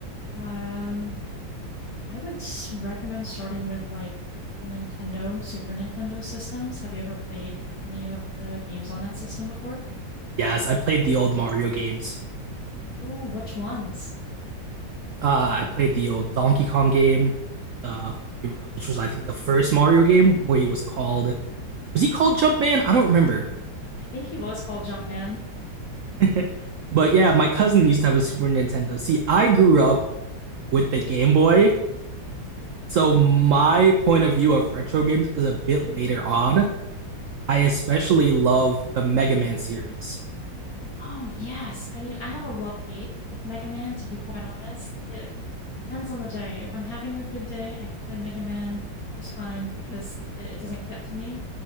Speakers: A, on the left (about 55°); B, on the right (about 80°).
A: Um, I would s recommend starting with like the Nintendo, Super Nintendo systems. Have you ever played any of the games on that system before?
B: Yes, I played the old Mario games.
A: Oh, which ones?
B: Uh, I played the old Donkey Kong game, uh, which was I think the first Mario game where he was called was he called Jumpman? I don't remember.
A: I think he was called Jumpman.
B: <laughs> But yeah, my cousin used to have a Super Nintendo. See, I grew up with the Game Boy, so my point of view of retro games is a bit later on. I especially love the Mega Man series.
A: Oh, yes. I mean, I have a love-hate with Mega Man, to be quite honest. It depends on the day. If I'm having a good day, I can play Mega Man just fine because it it doesn't get to me.